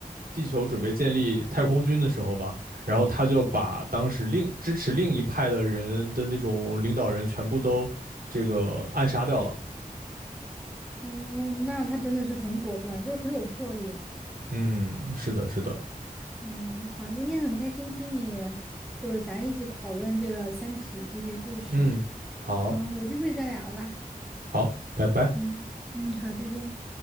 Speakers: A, on the right; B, in the centre.
A: 地球准备建立太空军的时候嘛，然后他就把当时另支持另一派的人的那种领导人全部都这个暗杀掉了。
B: 嗯，那他真的是很果断，就是很有魄力。
A: 嗯，是的，是的。
B: 嗯，好，今天很开心听你，就是咱一起讨论这个《三体》这些故事，
A: 嗯，好，
B: 嗯，有机会再聊吧。
A: 好，拜拜。
B: 嗯嗯，好，再见。